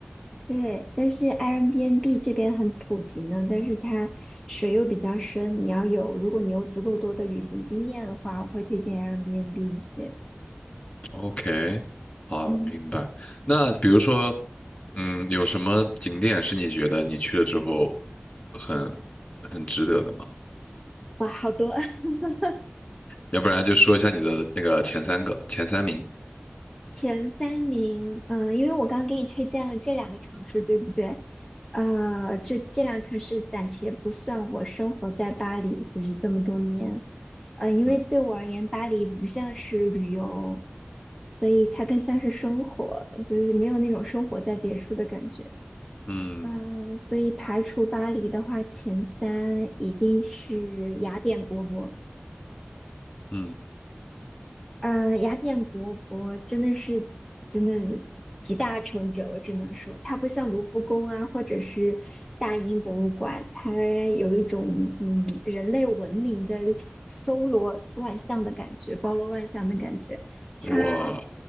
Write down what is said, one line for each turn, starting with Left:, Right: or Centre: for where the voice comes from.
Centre: 对，但是 Airbnb 这边很普及呢，但是它水又比较深，你要有，如果你有足够多的旅行经验的话，我会推荐 Airbnb 一些。
Left: OK，好，
Centre: 嗯，
Left: 明白。那比如说，嗯，有什么景点是你觉得你去了之后很很值得的吗？
Centre: 哇，好多。<laughs>
Left: 要不然就说一下你的那个前三个前三名。
Centre: 前三名，嗯，因为我刚刚给你推荐了这两个城市，对不对？呃，这这两个城市暂且不算我生活在巴黎，就是这么多年，呃，因为对我而言，
Left: 嗯
Centre: 巴黎不像是旅游，所以它更像是生活，就是没有那种生活在别处的感觉。
Left: 嗯
Centre: 呃，所以排除巴黎的话，前三一定是雅典国博。
Left: 嗯，
Centre: 嗯，呃雅典国博真的是真的是集大成者，我只能说，它不像卢浮宫啊，或者是大英博物馆，它有一种嗯人类文明的搜罗万象的感觉，包罗万象的感觉。它
Left: 哇